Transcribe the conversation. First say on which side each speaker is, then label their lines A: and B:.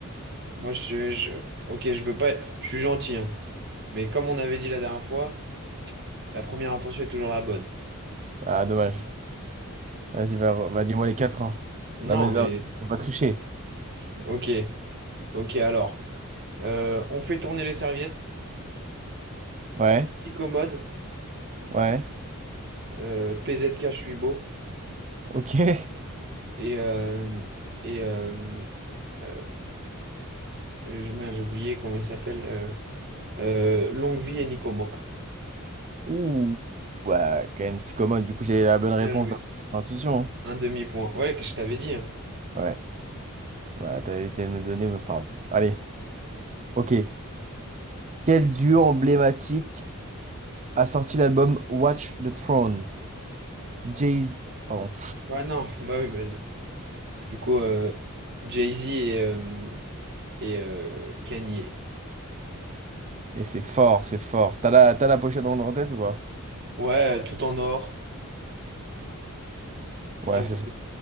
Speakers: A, on the right (about 55°); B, on the right (about 35°).
A: Moi, je, je- ok, je veux pas, je suis gentil, hein. Mais comme on avait dit la dernière fois, la première intention est toujours la bonne.
B: Ah, dommage. Vas-y, bah, re- bah, dis-moi les quatre. hein.
A: Non,
B: Non, mais
A: Oui.
B: non, t'as pas triché.
A: mais ok, ok, alors, Euh, on fait tourner les serviettes,
B: Ouais,
A: petit commode,
B: ouais,
A: euh, PZK, je suis beau,
B: ok. <laughs>
A: et, euh, et euh, euh, je- merde, j'ai oublié comment il s'appelle, euh, euh, Longue Vie et Nico Mock.
B: Ouh. Ouais, quand même, Si Commode, du coup, j'ai la bonne réponse
A: Bien joué.
B: dans l'intuition.
A: Un demi-point. Ouais, que je t'avais dit. hein.
B: hein. Ouais, bah, t'as été me le donner, mais c'est pas grave. Allez, ok. Quel duo emblématique a sorti l'album Watch the Throne? Jay... Pardon.
A: Ouais, non, <laughs> bah oui, bah, Du coup, euh, Jay-Z et, euh, et euh, Kanye.
B: Et c'est fort, c'est fort. T'as la, t'as la pochette en, en tête ou pas?
A: Ouais, euh, tout en or,
B: Ouais,
A: avec
B: c'est ça.